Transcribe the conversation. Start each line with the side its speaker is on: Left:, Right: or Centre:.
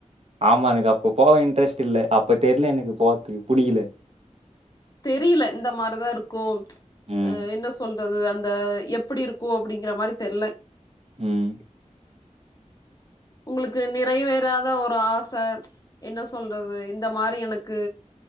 Right: ஆமா எனக்கு அப்ப போவ இன்ட்ரெஸ்ட் இல்ல அப்ப தெர்ல எனக்கு போற்துக்கு புடிகல
Left: தெரியில இந்த மாரிதா இருக்கும்
Right: ம்
Left: அ என்ன சொல் றது அந்த எப்படிருக்கூ அப்டிங்கிற மாரி தெர்ல
Right: ம்
Left: உங்களுக்கு நிறைவேறாத ஒரு ஆச என்ன சொல்றது இந்த மாரி எனக்கு